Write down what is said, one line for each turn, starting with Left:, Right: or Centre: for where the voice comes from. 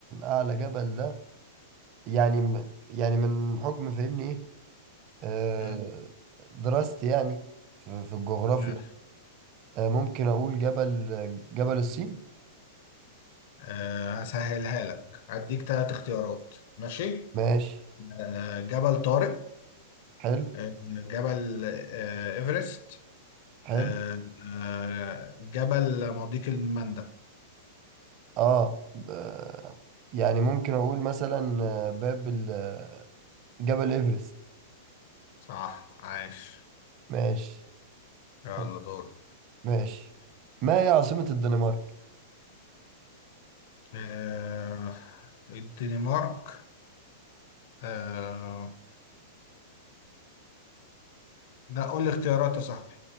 Right: اعلى جبل ده يعني م- يعني من حكم فهمني ايه آه،
Left: مم،
Right: دراستي يعني في في الجغرافيا
Left: ماشي.
Right: آه، ممكن اقول جبل جبل الصين
Left: آه، هسهلها لك هديك تلات اختيارات ماشي
Right: ماشي
Left: آه، جبل طارق
Right: حلو
Left: آه، جبل آه، إيفرست
Right: حلو
Left: آه، آه، جبل مضيق المندب
Right: اه ب- يعني ممكن اقول مثلا آه، باب ال- آه، جبل ايفرست
Left: صح عاش
Right: ماشي
Left: يلا
Right: طب
Left: دور
Right: ماشي ما هي عاصمة الدنمارك؟
Left: آه الدنمارك آه لا قول لي اختيارات يا صاحبي